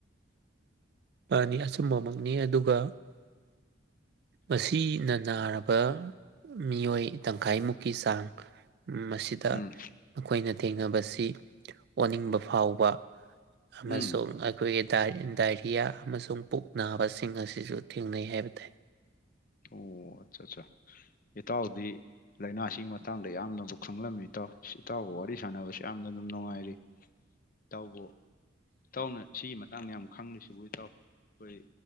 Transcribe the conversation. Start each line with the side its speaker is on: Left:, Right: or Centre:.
Right: ꯅꯤ ꯑꯆꯨꯝꯕꯃꯛꯅꯤ ꯑꯗꯨꯒ ꯃꯁꯤꯅ ꯅꯥꯔꯕ ꯃꯤꯑꯣꯏ ꯇꯪꯈꯥꯏꯃꯨꯛꯀꯤ ꯆꯥꯡ ꯃꯁꯤꯗ
Left: ꯎꯝ
Right: ꯑꯩꯈꯣꯏꯅ ꯊꯦꯡꯅꯕꯁꯤ ꯑꯣꯅꯤꯡꯕ ꯐꯥꯎꯕ ꯑꯃꯁꯨꯡ
Left: ꯎꯝ
Right: ꯑꯩꯈꯣꯏꯒꯤ ꯇꯥ ꯇꯥꯖ ꯌꯥ ꯑꯃꯁꯨꯡ ꯄꯨꯛ ꯅꯥꯕꯁꯤꯡ ꯑꯁꯤꯁꯨ ꯊꯦꯡꯅꯩ ꯍꯥꯏꯕ ꯇꯥꯏ꯫
Left: ꯑꯣ ꯑꯠꯆꯥ ꯆꯥ ꯏꯇꯥꯎꯗꯤ ꯂꯥꯏꯅꯥꯁꯤꯒꯤ ꯃꯇꯥꯡꯗ ꯌꯥꯝꯅꯕꯨ ꯈꯪꯂꯝꯃꯤ ꯏꯇꯥꯎ ꯏꯇꯥꯎꯒ ꯋꯥꯔꯤ ꯁꯥꯟꯅꯕꯁꯤ ꯌꯥꯝꯅ ꯗꯨꯝ ꯅꯨꯡꯉꯥꯏꯔꯤ ꯏꯇꯥꯎꯕꯨ ꯏꯇꯥꯎꯅ ꯁꯤꯒꯤ ꯃꯇꯥꯡꯗ ꯌꯥꯝ ꯈꯪꯂꯤꯁꯤꯕꯨ ꯏꯇꯥꯎ ꯑꯩꯈꯣꯏ